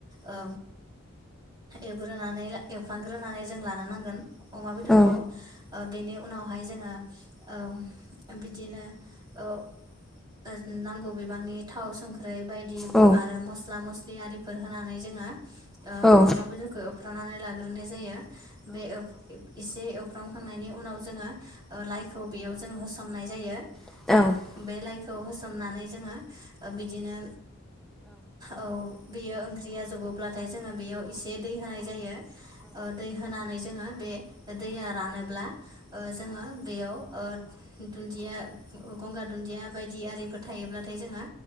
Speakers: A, on the right (about 20°); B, in the centre.
A: ओ एवग्रोनानै एवफामग्रोनानै जों लानो नांगोन। अमा बेदरखौ
B: औ
A: ओ बेनि उनावहाय जोङो ओ बिदिनो नांगौ अ ओ नांगौ बिबांनि थाव सं ख्रै बायदि
B: औ
A: आरो मस्ला-मस्लि आरि फोर होनानै जोङो। ओ
B: औ
A: अमा बेदरखौ एवफ्रानानै ला गोरनाय जायो। बे ओ इसे एव फ्रामखांनायनि उनाव जोङो ओ लाइखौ बेयाव जों होसननाय जायो।
B: औ
A: ओ बे लाइ खौ होसननानै जोङो ओ बिदिनो। औ। बेयो ओंख्रिया जबोब्लाथाय जोङो बेयाव एसे दै होनाय जायो। ओ दै होनानै जोङो बे दैया रानोब्ला ओ जोङो बेयाव ओ दुन्दिया गंगार दुन्दिया बायदि आरिफोर थायोब्लाथाय जोङो